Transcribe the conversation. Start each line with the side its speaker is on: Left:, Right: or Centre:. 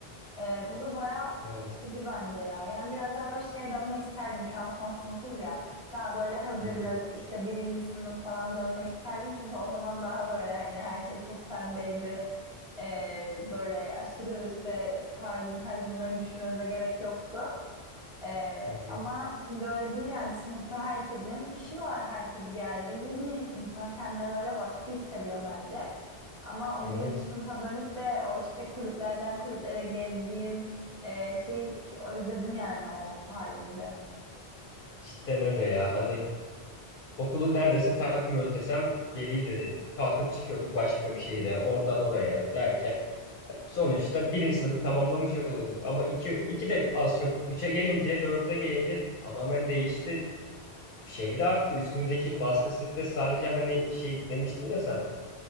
Centre: Ee, bu da bayağı sıkıcı
Left: Evet.
Centre: bence ya. Yani biraz daha böyle şeye dönmek isterdim. Şu an son sınıfız ya. Daha böyle hazırlık,
Left: Hı hı.
Centre: işte birinci sınıf falan dönmek isterdim. Çünkü o zaman daha böyle hani her şey toz pembeydi. Ee, böyle aşırı işte staj mı bunları düşünmemize gerek yoktu. Ee,
Left: Hı hı.
Centre: ama şimdi öyle değil yani sınıfta herkesin işi var. Herkes bir yerlere girmiş. insan kendine böyle baskı hissediyor bence. Ama o
Left: Evet.
Centre: birinci sınıfa dönüp de o işte kulüplerden kulüplere gezdiğim e, şeyi özledim yani o halimizi.
Left: Cidden öyle ya. Hani okulu neredeyse takmıyoruz desem geriydi. Kalkıp çıkıyorduk başka bir şehre. Oradan oraya derken Sonuçta birinci sınıfı tamamlamış oluyorduk. Ama iki, iki de az çok. Üçe gelince, dörde gelince tamamen değişti. Şey de arttı. Üstümüzdeki baskı, stres sadece hani şey demiştin ya sen.